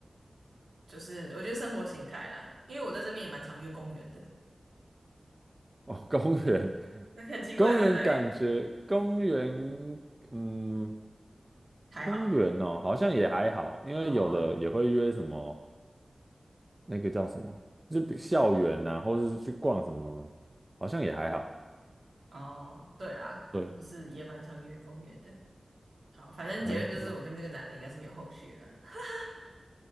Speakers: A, on the right; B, on the right.
A: 就是我觉得生活形态啦，因为我在这边也蛮常约公园的，
B: 哦，公园，
A: 那很奇怪，
B: 公园感觉公园，
A: 对不对？
B: 嗯，
A: 还好，
B: 公园哦，好像也还好，因为有的也会约什么
A: 哦
B: 那个叫什么，就比校园呐、或者是去逛什么，好像也还好。
A: 哦，对啦，
B: 对，
A: 就是也蛮常约公园的。好，反正结论就是我跟这个男的应该是没有后续了。
B: 蛮
A: <laughs>